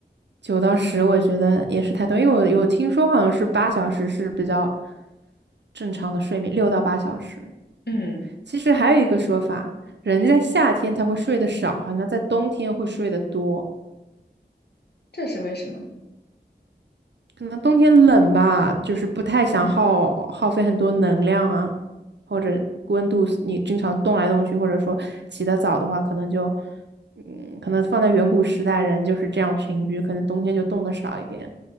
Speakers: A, on the right; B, on the left.
A: 九到十，我觉得也是太多，因为我有听说好像是八小时是比较正常的睡眠，六到八小时。
B: 嗯，
A: 其实还有一个说法，人在夏天他会睡得少，好像在冬天会睡得多。
B: 这是为什么呢？
A: 可能冬天冷吧，就是不太想耗耗费很多能量啊，
B: 嗯，
A: 或者温度你经常动来动去，或者说起得早的话，可能就嗯，可能放在远古时代人就是这样群居，可能冬天就动得少一点。